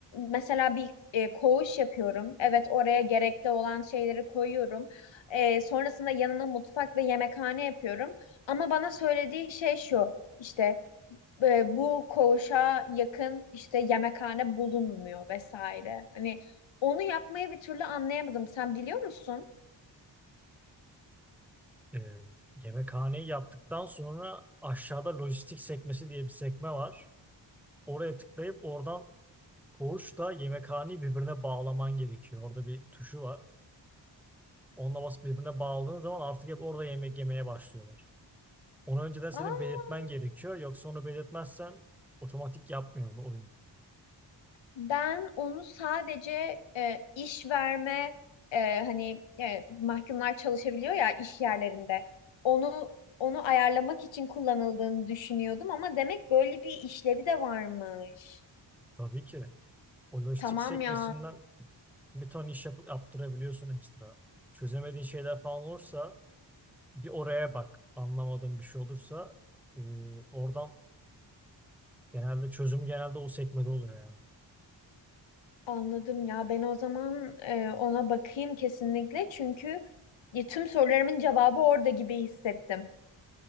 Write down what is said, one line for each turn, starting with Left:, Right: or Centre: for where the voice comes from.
Left: mesela bir e, koğuş yapıyorum. Evet oraya gerekli olan şeyleri koyuyorum. E, sonrasında yanına mutfak ve yemekhane yapıyorum. Ama bana söylediği şey şu işte e, bu koğuşa yakın işte yemekhane bulunmuyor vesaire. Hani onu yapmayı bir türlü anlayamadım. Sen biliyor musun?
Centre: Ee, yemekhaneyi yaptıktan sonra aşağıda lojistik sekmesi diye bir sekme var. Oraya tıklayıp oradan koğuşla yemekhaneyi birbirine bağlaman gerekiyor. Orada bir tuşu var. Onunla basıp birbirine bağladığın zaman artık hep orada yemek yemeye başlıyorlar. Onu önceden senin
Left: Aa
Centre: belirtmen gerekiyor. Yoksa onu belirtmezsen otomatik yapmıyor bu oyun.
Left: Ben onu sadece e, iş verme e, hani e, mahkumlar çalışabiliyor ya iş yerlerinde. Onu onu ayarlamak için kullanıldığını düşünüyordum ama demek böyle bir işlevi de varmış.
Centre: Tabii ki. O lojistik
Left: Tamam
Centre: sekmesinden
Left: ya.
Centre: bir ton iş yapıp yaptırabiliyorsun ekstra. Çözemediğin şeyler falan olursa bir oraya bak. Anlamadığın bir şey olursa e, oradan genelde çözümü genelde o sekmede oluyor yani.
Left: Anladım ya. Ben o zaman e, ona bakayım kesinlikle çünkü ya, tüm sorularımın cevabı orada gibi hissettim.